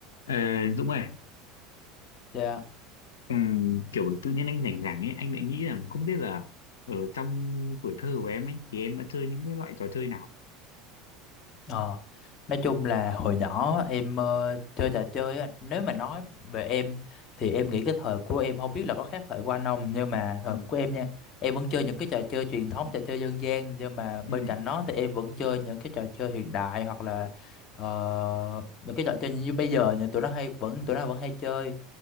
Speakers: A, on the left; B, on the left.
A: Ờ, Dũng ơi,
B: Dạ,
A: ừm, kiểu tự nhiên anh rảnh rảnh ấy, anh lại nghĩ rằng không biết là ở trong tuổi thơ của em ấy thì em đã chơi những cái loại trò chơi nào?
B: Ờ, nói chung là hồi nhỏ em ờ, chơi trò chơi á, nếu mà nói về em thì em nghĩ cái thời của em không biết là có khác thời của anh không, nhưng mà
A: Ừ,
B: thời của em nha, em vẫn chơi những cái trò chơi truyền thống, trò chơi dân gian, nhưng mà bên
A: ừ,
B: cạnh đó thì em vẫn chơi những cái trò chơi hiện đại hoặc là ờ, những cái trò chơi như bây giờ như tụi nó hay vẫn tụi nó vẫn hay chơi.